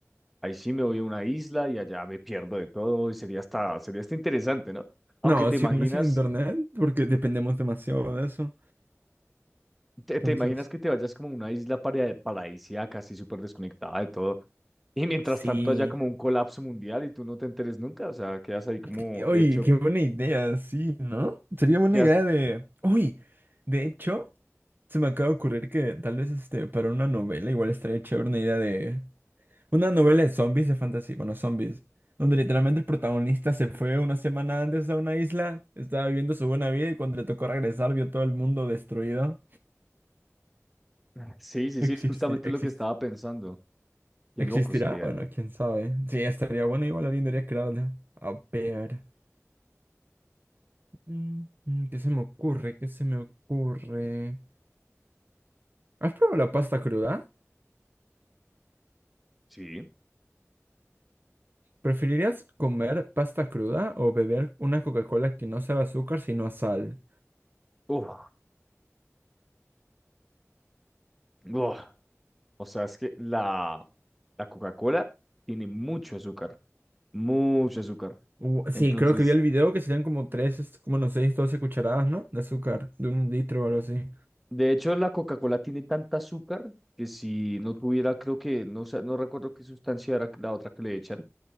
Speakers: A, in the centre; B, on the right.
A: ahí sí me voy a una isla y allá me pierdo de todo y sería hasta, sería hasta interesante, ¿no? Aunque
B: No,
A: te
B: si
A: imaginas
B: un mes sin internet, porque dependemos demasiado de eso.
A: te, te
B: Entonces,
A: imaginas que te vayas como a una isla para- paradisíaca, así súper desconectada de todo, y mientras
B: sí.
A: tanto haya como un colapso mundial y tú no te enteres nunca, o sea, quedas ahí como,
B: Qué- Uy,
A: de hecho,
B: qué buena idea, sí, ¿no? Sería buena
A: quedas...
B: idea de... Uy, de hecho. Se me acaba de ocurrir que tal vez este, para una novela igual estaría chévere una idea de... Una novela de zombies, de fantasía, bueno, zombies. Donde literalmente el protagonista se fue una semana antes a una isla, estaba viviendo su buena vida y cuando le tocó regresar vio todo el mundo destruido.
A: <sighs> Sí, sí,
B: Existe,
A: sí, es justamente
B: existe.
A: lo que estaba pensando. Qué
B: ¿Existirá?
A: loco sería
B: Bueno,
A: eso.
B: quién sabe. Sí, estaría bueno, igual alguien debería crearla. A ver. Mm, mm, ¿Qué se me ocurre? ¿Qué se me ocurre? ¿Has probado la pasta cruda?
A: Sí.
B: ¿Preferirías comer pasta cruda o beber una Coca-Cola que no sabe a azúcar sino a sal?
A: Uf. Uf. O sea, es que la, la Coca-Cola tiene mucho azúcar, mucho azúcar.
B: U- sí,
A: Entonces,
B: creo que vi el video que serían como 3, como no 6, 12 cucharadas, ¿no? De azúcar, de un litro o algo así.
A: de hecho, la Coca-Cola tiene tanta azúcar que si no tuviera, creo que, no, sé, no recuerdo qué sustancia era la otra que le echan